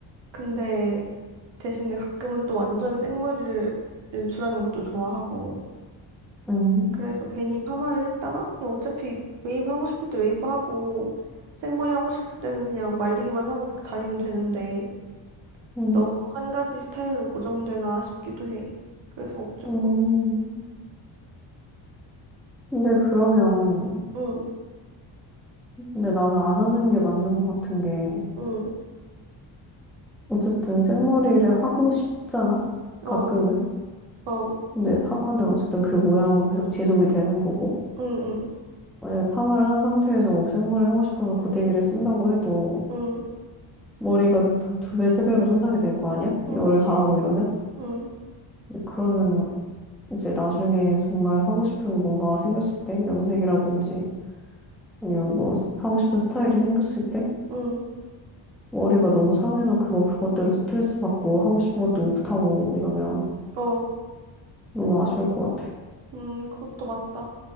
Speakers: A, on the right; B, in the centre.
A: 근데 대신에 가끔은 또 완전 생머리를 연출하는 것도 좋아하고
B: 음,
A: 그래서 괜히 파마를 했다가 그냥 어차피 웨이브 하고 싶을 때 웨이브 하고 생머리 하고 싶을 때는 그냥 말리기만 하고 그렇게 다니면 되는데
B: 음,
A: 너무 한 가지 스타일로 고정되나 싶기도 해. 그래서 걱정.
B: 음.
A: 고...
B: 근데 그러면,
A: 응,
B: 근데 나는 안 하는 게 맞는 것 같은 게,
A: 응,
B: 어쨌든 생머리를 하고 싶잖아?
A: 어,
B: 가끔은?
A: 어,
B: 근데 파마는 어쨌든 그 모양으로 계속 지속이 되는 거고,
A: 응, 응,
B: 만약에 파마를 한 상태에서 뭐 생머리를 하고 싶으면 고데기를 쓴다고 해도
A: 응,
B: 머리가 한 두 배, 세 배로 손상이 될 거 아니야?
A: 어,
B: 열을
A: 그치.
B: 가하고 이러면?
A: 응,
B: 그러면 이제 나중에 정말 하고 싶은 뭔가 생겼을 때, 염색이라든지 아니면 뭐 하고 싶은 스타일이 생겼을 때,
A: 응,
B: 머리가 너무 상해서 그거 그것대로 스트레스 받고 하고 싶은 것도 못하고 이러면
A: 어,
B: 너무 아쉬울 것 같아.
A: 음, 그것도 맞다.